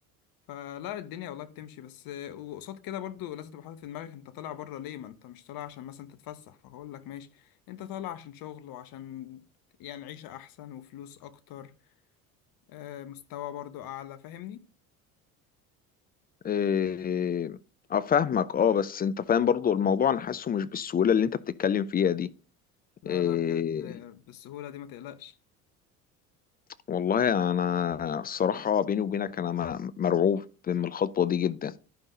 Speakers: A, on the left; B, on the left.
A: فلا الدنيا والله بتمشي بس آه، وقصاد كده برضه لازم تبقى حاطط في دماغك انت طالع بره ليه ما انت مش طالع عشان مثلا تتفسح فاقول لك ماشي انت طالع عشان شغل وعشان يعني عيشة احسن وفلوس اكتر آه، مستوى برضه اعلى فاهمني
B: إيه، اه فاهمك اه بس انت فاهم برضو الموضوع انا حاسه مش بالسهولة اللي انت بتتكلم فيها دي
A: لا
B: إيه،
A: لا بجد بالسهولة دي ما تقلقش
B: والله انا الصراحة بيني وبينك انا م- مرعوب من الخطوة دي جدا